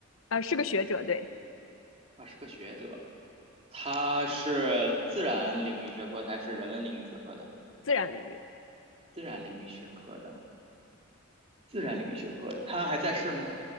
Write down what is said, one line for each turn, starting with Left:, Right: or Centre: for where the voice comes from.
Left: 呃，是个学者，对，
Right: 啊，是个学者。他是自然领域学科的还是人文领域学科的？
Left: 自然领域的，
Right: 自然领域学科的，自然领域学科的。他还在世吗？